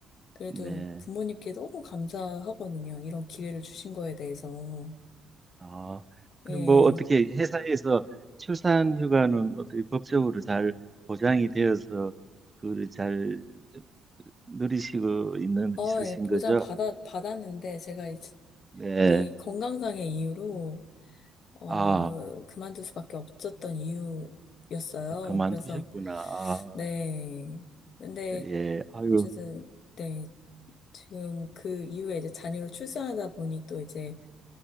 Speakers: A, on the left; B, on the right.
A: 그래도
B: 네.
A: 부모님께 너무 감사하거든요. 이런 기회를 주신 거에 대해서.
B: 아, 그럼
A: 예.
B: 뭐 어떻게 회사에서 출산 휴가는 어떻게 법적으로 잘 보장이 되어서 그걸 잘 누리시고 있는
A: 어,
B: 있으신
A: 예, 보장
B: 거죠?
A: 받아, 받았는데, 제가 이제
B: 네.
A: 이 건강상의 이유로, 어,
B: 아,
A: 그만둘 수밖에 없었던 이유였어요.
B: 아, 그만두셨구나.
A: 그래서,
B: 아,
A: 네. 근데,
B: 예. 아유,
A: 어쨌든, 네. 지금 그 이후에 이제 자녀를 출산하다 보니 또 이제,